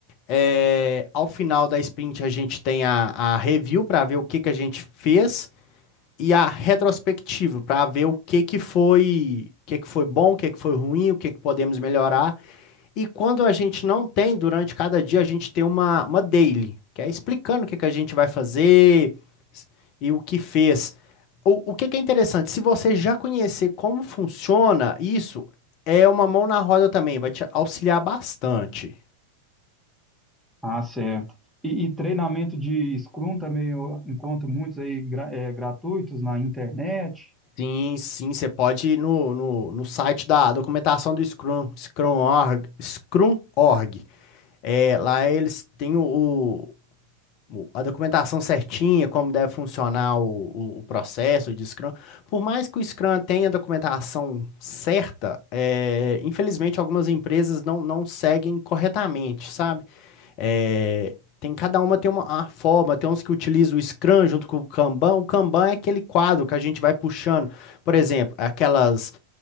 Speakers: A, on the left; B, in the centre.
A: É, ao final da sprint, a gente tem a, a review para ver o que que a gente fez e a retrospectiva para ver o que que foi, o que que foi bom, o que que foi ruim, o que que podemos melhorar. E quando a gente não tem, durante cada dia, a gente tem uma, uma daily, que é explicando o que que a gente vai fazer e o que fez. O, o que que é interessante, se você já conhecer como funciona isso, é uma mão na roda também, vai te auxiliar bastante.
B: Ah, certo. E, e treinamento de Scrum também eu encontro muitos aí gra- é, gratuitos na internet.
A: Sim, sim, você pode ir no, no, no site da documentação do Scrum, Scrum.org, Scrum.org. É, lá eles têm o, o- a documentação certinha, como deve funcionar o, o- o processo de Scrum. Por mais que o Scrum tenha a documentação certa, é, infelizmente algumas empresas não, não seguem corretamente, sabe? É, tem cada uma tem uma, a forma, tem uns que utilizam o Scrum junto com o Kanban. O Kanban é aquele quadro que a gente vai puxando. Por exemplo, aquelas.